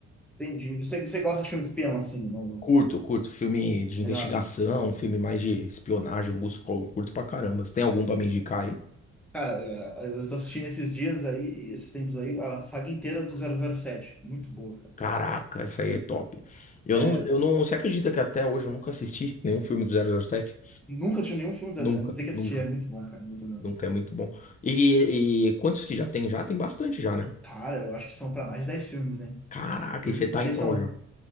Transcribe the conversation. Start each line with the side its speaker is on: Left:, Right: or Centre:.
Centre: Entendi. Você, você gosta de filme de espião, assim, não, não-
Left: Curto, curto. Filme de
Centre: legal,
Left: investigação,
Centre: né?
Left: filme mais de espionagem, Augusto Cury, curto pra caramba. Você tem algum pra me indicar aí?
Centre: Cara, eh, eu tô assistindo esses dias aí, esses tempos aí, a saga inteira do zero zero sete Muito boa, cara.
Left: Caraca, essa aí é top. Eu
Centre: É,
Left: não, eu não. Você acredita que até hoje eu nunca assisti nenhum filme do zero zero sete?
Centre: nunca assisti nenhum filme, zero-
Left: Nunca,
Centre: a não ser que
Left: nunca.
Centre: assisti, é muito bom, cara, muito bom.
Left: Nunca é muito bom. E, e quantos que já tem? Já tem bastante já, né?
Centre: Cara, eu acho que são pra mais de 10 filmes, hein?
Left: Caraca,
Centre: Porque
Left: e você tá em qual
Centre: são
Left: já?